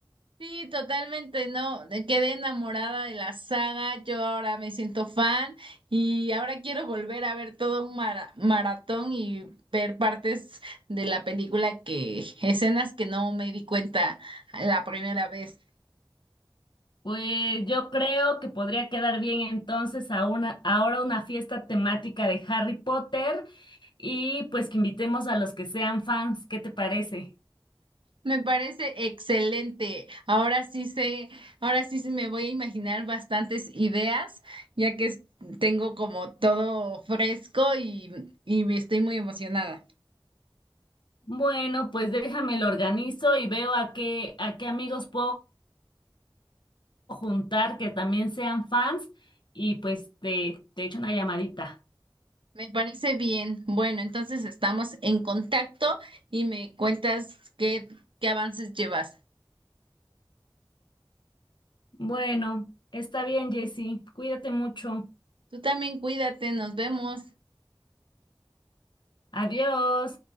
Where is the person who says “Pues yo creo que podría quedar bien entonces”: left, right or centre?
Left